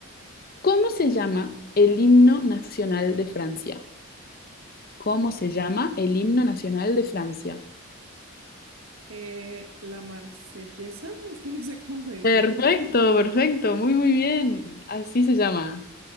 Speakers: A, on the left; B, on the right.
A: ¿cómo se llama el himno nacional de Francia? ¿Cómo se llama el himno nacional de Francia?
B: Eh, la Marsellesa, es que no sé cómo se dice.
A: Perfecto, perfecto. Muy, muy bien. Así se llama.